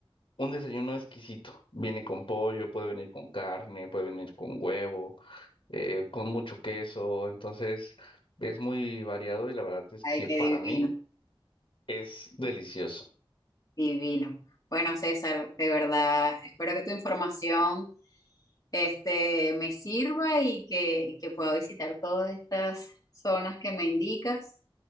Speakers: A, on the left; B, on the left.
A: un desayuno exquisito. Viene con pollo, puede venir con carne, puede venir con huevo, eh, con mucho queso. Entonces es muy variado y la verdad es
B: Ay,
A: que
B: qué
A: para
B: divino.
A: mí es delicioso.
B: Divino. Bueno, César, de verdad, espero que tu información este, me sirva y que, y que pueda visitar todas estas zonas que me indicas